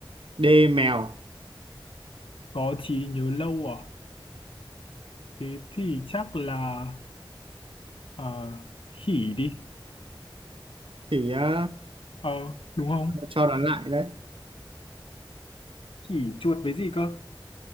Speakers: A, on the right (about 80°); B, on the left (about 80°).
A: D. Mèo
B: có trí nhớ lâu à thế thì chắc là ờ khỉ đi
A: Khỉ á
B: ờ đúng không
A: cho đoán lại đấy
B: khỉ chuột với gì cơ